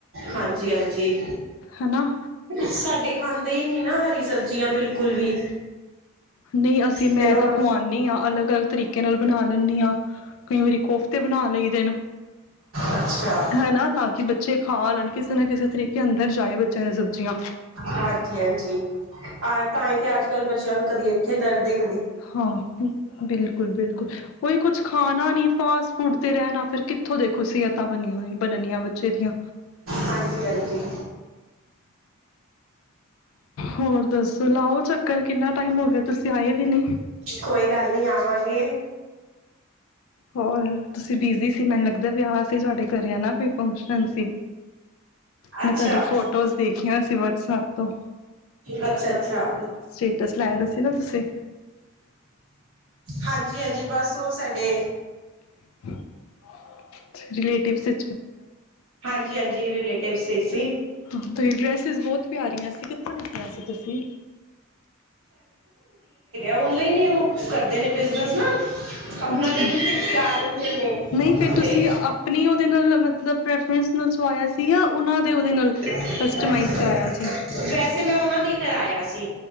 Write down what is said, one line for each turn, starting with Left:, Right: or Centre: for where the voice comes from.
Right: ਹਾਂਜੀ, ਹਾਂਜੀ
Left: ਹਨਾ
Right: ਸਾਡੇ ਖਾਂਦੇ ਹੀ ਨੀ ਨਾ, ਹਰੀ ਸਬਜ਼ੀ। ਜਿਆਂ ਬਿਲਕੁਲ ਵੀ।
Left: ਨਹੀਂ ਅਸੀਂ
Right: ਫਿਰ
Left: ਮੈਂ
Right: ਉਹਨਾਂ
Left: ਤਾਂ ਖਵਾਨੀ ਆਂ, ਅਲੱਗ ਅਲੱਗ ਤਰੀਕੇ ਨਾਲ ਬਨਾ ਲੈਂਨੀ ਆਂ। ਕਈ ਵਾਰੀ, ਕੋਫਤੇ ਬਣਾ ਲਈ ਦੇਨ।
Right: ਅੱਛਾ
Left: ਹੈਨਾ, ਤਾਂ ਕਿ ਬੱਚੇ ਖਾ ਲੈਨ ਕਿਸੇ ਨਾ ਕਿਸੇ ਤਰੀਕੇ ਕਿ ਅੰਦਰ ਜਾਏ ਬੱਚਿਆਂ ਦੇ ਸਬਜ਼ੀਆਂ।
Right: ਹਾਂਜੀ, ਹਾਂਜੀ ਆ ਤਾਂ ਹੀ ਤੇ ਅੱਜ- ਕੱਲ ਬੱਚਿਆਂ ਨੂੰ ਕਦੀ ਇੱਥੇ ਦਰਦ ਈ।
Left: ਹਾਂ ਬਿ ਬਿਲਕੁਲ -ਬਿਲਕੁਲ ਉਹੀ ਕੁਛ ਖਾਨਾ ਨੀ ਫਾਸਟ- ਫੂਡ ਤੇ ਰਹਿਨਾ, ਫਿਰ ਕਿੱਥੋਂ ਦੇਖੋ ਸਿਹਤਾਂ ਬਨੀਆਂ ਹੋਇ ਬਨਨੀਆਂ ਬੱਚੇ ਦੀਆਂ।
Right: ਹਾਂਜੀ ਹਾਂਜੀ
Left: ਹੋਰ ਦੱਸੋ, ਲਾਓ ਚੱਕਰ ਕਿੰਨਾ ਟਾਈਮ ਹੋ ਗਿਆ, ਤੁਸੀ ਆਏ ਵੀ ਨੀ।
Right: ਕੋਈ ਗੱਲ ਨੀ ਆਵਾਂਗੇ।
Left: ਹੋਰ ਤੁਸੀਂ ਬਿਜੀ ਸੀ ਮੈਨੂੰ ਲੱਗਦਾ, ਵਿਆਹ ਸੀ ਤੁਹਾਡੇ ਘਰੇ ਹੈਨਾ ਕੋਈ ਫੰਕਸ਼ਨ ਸੀ।
Right: ਅੱਛਾ
Left: ਮੈਂ ਤੁਹਾਡੀ ਫੋਟੋਜ਼ ਦੇਖੀਆਂ ਸੀ ਵਟਸਪ ਤੋਂ,
Right: ਅੱਛਾ ਅੱਛਾ
Left: ਸਟੇਟਸ ਲਾਇਆ ਦਾ ਸੀ ਨਾ ਤੁਸੀ।
Right: ਹਾਂਜੀ -ਹਾਂਜੀ ਬਸ ਉਹ ਸਾਡੇ
Left: ਹ <inaudible> ਰਿਲੇਟਿਵ ਸੀ।
Right: ਹਾਂਜੀ ਹਾਂਜੀ ਰਿਲੇਟਿਵ ਸੀ‌ ਸੀ।
Left: ਹਾਂ ਤੇਰੀ ਡਰੈਸਿਸ ਬਹੁਤ ਪਿਆਰੀਆਂ ਸੀ। ਕਿੱਥੋਂ ਲਿਤੀਆਂ ਸੀ ਤੁਸੀ?
Right: ਔਨਲਾਈਨ ਹੀ ਉਹ ਕਰਦੇ ਨੇ, ਬਿਜ਼ਨਸ ਨਾ। ਆਪਣਾ
Left: ਅੱਛਾ,
Right: ਰੀਲਸ ਵਿੱਚ ਵੀ ਆ ਜਾਂਦੇ ਨੇ
Left: ਨਹੀਂ ਫੇਰ ਤੁਸੀ
Right: ਤੇ
Left: ਆਪਨੀ ਉਹਦੇ ਨਾਲ, ਮਤਲਬ ਪ੍ਰੈਫਰੈਂਸ ਨਾਲ ਸਵਾਇਆ ਸੀ। ਸੀ ਉਹਨਾਂ ਦੇ ਉਹਦੇ ਨਾਲ।
Right: <inaudible>
Left: ਕਸਟਮਾਈਜ਼ ਕਰਾਇਆ ਸੀ
Right: ਵੈਸੇ ਮੈਂ ਉਹਨਾਂ ਦੀ ਕਰਾਇਆ ਸੀ,